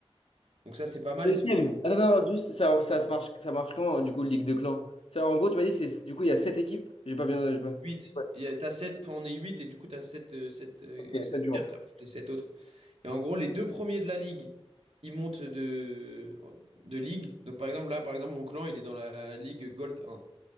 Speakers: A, on the right; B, on the left.
A: donc ça, c'est pas mal.
B: Deuxième.
A: Et c'est pour moi
B: Attends, non, non, juste, ça, ça se marche, ça marche comment du coup, Ligue de clans? Ça, En gros, tu m'as dit, c'est, du coup, il y a sept équipes. J'ai pas bien. j'ai pas-
A: 8.
B: Ouais,
A: Il y a, t'as sept, enfin, on est 8 et du coup, tu as 7 euh, sept
B: ok, sept jours.
A: cartes après les sept autres. Et en gros, les deux premiers de la ligue, ils montent de, de ligue. Donc par exemple, là, par exemple, mon clan, il est dans la ligue Gold 1.